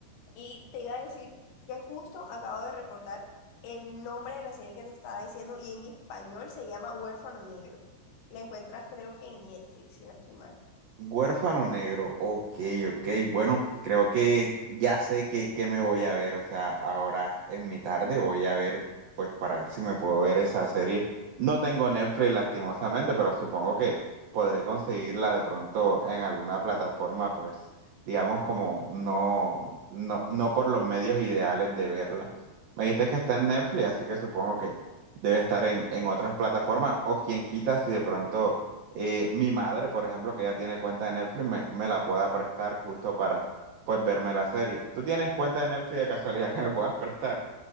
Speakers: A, on the left; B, on the right.
A: Y te iba a decir que justo acabo de recordar el nombre de la serie que te estaba diciendo y en español se llama Huérfano Negro. La encuentras creo que en Netflix, si no estoy mal.
B: Huérfano negro, ok, ok. Bueno, creo que ya sé que, que me voy a ver. O sea, ahora en mi tarde voy a ver, pues para ver si me puedo ver esa serie. No tengo Netflix, lastimosamente, pero supongo que podré conseguirla de pronto en alguna plataforma, pues, digamos, como no, no, no por los medios ideales de verla. Me dijiste que está en Netflix, así que supongo que debe estar en, en otras plataformas, o quien quita si de pronto eh, mi madre, por ejemplo, que ya tiene cuenta de Netflix, me, me la pueda prestar justo para, pues, verme la serie. ¿Tú tienes cuenta de Netflix de casualidad que me puedas prestar?